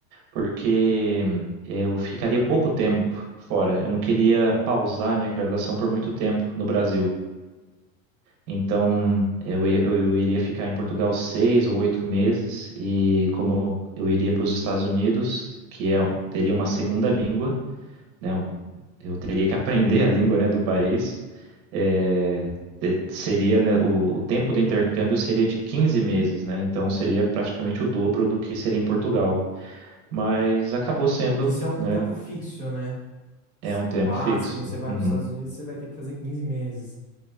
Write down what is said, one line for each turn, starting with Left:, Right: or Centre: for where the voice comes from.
Right: porque eu ficaria pouco tempo fora. Eu não queria pausar minha graduação por muito tempo no Brasil. Então, eu, ia- eu, eu iria ficar em Portugal seis ou oito meses, e como eu iria para os Estados Unidos, que é, teria uma segunda língua, né? um- eu teria que <laughs> aprender a língua, né, do país. é, te- seria, né, o, o tempo do intercâmbio seria de 15 meses, né? Então seria praticamente o dobro do que seria em Portugal. Mas acabou sendo,
Left: Isso é um
Right: né?
Left: tempo fixo, né? Se-
Right: É um
Left: Tipo,
Right: tempo
Left: ah,
Right: fixo.
Left: se você vai
Right: Uhum.
Left: para os Estados Unidos, você vai ter que fazer 15 meses.